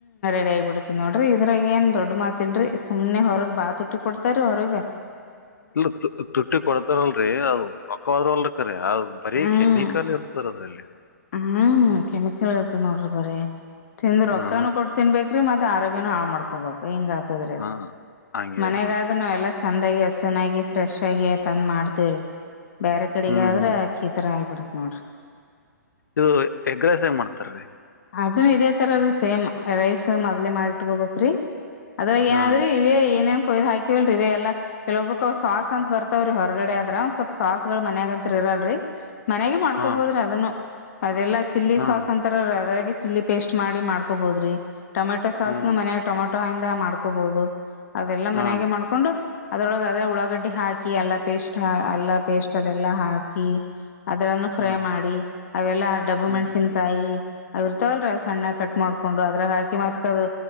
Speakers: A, on the left; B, on the left.
A: ಗಡಿ ಆಗ್ಬ ಬಿಡ್ತೇತಿ ನೋಡ್ರಿ ಇದ್ರಾಗ ಏನ್ ದೊಡ್ ಮಾತ್ತಿಲ್ರರಿ ಸುಮ್ನೆ ಹೊರಗ್ ಬಾ ತುಟ್ಟಿ ಕೊಡ್ತಾರರಿ ಹೊರಗ್
B: ಇಲ್ಲ ತುಟ್ಟಿ ಕೊಡ್ತಾರಲ್ರರಿ ಅದು ರೊಕ್ಕವಾದರು ಅಲ್ರ ್ ಬರೀ
A: ಹ್ಮ್
B: ಕೆಮಿಕಲ್ ಇರ್ತದೆ ಅದ್ರಲ್ಲಿ
A: ಹ್ಮ್ ಕೆಮಿಕಲ್ ಇರ್ತ ನೋಡ್ರಿ ಬರರಿ ತಿಂದ ರೊಕ್ಕಾನ
B: ಹಾ
A: ಕೊಟ್ಟ ತಿನ್ಬೇಕು ಮತ್ತ ಆರೋಗ್ಯನು ಹಾಳ್ ಮಾಡ್ಕೋಬೇಕು ಹಿಂಗ ಆತದ್ರೀ
B: ಹಾ ಹಂಗೆ
A: ಮನೆಗಾದ್ರೂ
B: ಅದ್ ನೋಡ್ರಿ ಅದು
A: ನಾವ ಎಲ್ಲಾ ಚೆಂದಾಗಿ ಚೆನ್ನಾಗಿ ಫ್ರೆಶ್ ಆಗಿ ತಂದ್ ಮಾಡ್ತೇವ್ರಿ ಬೇರೆ ಕಡೆಗ
B: ಹ್ಮ್
A: ಆದ್ರೆಕ್ಕಿ
B: ಹ್ಮ್
A: ತರ ಆಗಿಬಿಡ್ತ ನೋಡ್ರಿ
B: ಇದು ಎಗ್ ರೈಸ್ ಹೆಂಗ್ ಮಾಡ್ತಾರ್ರಿ
A: ಅದನ್ನ ಇದೇ ತರಲ್ಲಿ ಸೇಮ್ ರೈಸ್ ಮೊದ್ಲೆ ಮಾಡಿಟ್ಕೋಬೇಕ್ರೀ ಅದ್ರಾಗ ಏನಾದ್ರಿ
B: ಹಾನ್
A: ಇವ ಏನೇನ್ ಒಯ್ ಹಾಕಿವವಲ್ರಿ ಎಲ್ಲ ಕೆಲ್ೊಬ್ಬಕ್ ಸಾಸ್ ಅಂತ ಬರ್ತವ್ರೀ ಹೊರಗಡೆ ಆದದ್ರ ಒ ಸ್ವಲ್ಪ ಸಾಸ್ ಗಳು ಮನ್ಯಾಗಂತರಿವ ಲ್ರಿ ಮನೆಗೆ ಮಾಡ್ಕೋಬೋದ್ರಿ
B: ಹಾನ್
A: ಅದನ್ನು ಅದೆಲ್ಲಾ ಚಿಲ್ಲಿ
B: ಹಾನ್
A: ಸಾಸ್ ಅಂತಾರ ಅದ್ರಾಗೆ ಚಿಲ್ಲಿ ಪೇಸ್ಟ್ ಮಾಡಿ ಮಾಡ್ಕೊಬೋದ್ರಿ ಟೊಮೆಟೊ ಸಾಸ್ನು
B: ಹ್ಮ್
A: ಮನ್ಯಾಗ ಟೊಮೆಟೊ ಹಿಂದ ಮಾಡ್ಕೊಬಹುದು ಅದೆಲ್ಲಾ ಮನ್ಯಾಗೆ
B: ಹಾನ್
A: ಮಾಡ್ಕೊಂಡು ಅದ್ರೊಳಗ ಅದೇ ಉಳ್ಳಾಗಡ್ಡೆಡಿ ಹಾಕಿ ಎಲ್ಲ ಪೇಸ್ಟ್ ಅಲ್ಲ ಪೇಸ್ಟ್ ಅದೆಲ್ಲಾ ಹಾಕಿ ಅದ್ರನ್ನು ಫ್ರೈ
B: ಹಾನ್
A: ಮಾಡಿ ಅವೆಲ್ಲಾ ಡಬ್ಬು
B: ಹ್ಮ್
A: ಮೆಣ್ಸಿನ್ಕಾಯಿ ಅವರ ತಲ್ ರಸ ಅಣ್ಣ ಕಟ್ಟ ಮಾಡ್ಕೊಂಡು ಅದ್ರಾಗ ಹಾಕಿ ಮತ್ಕದು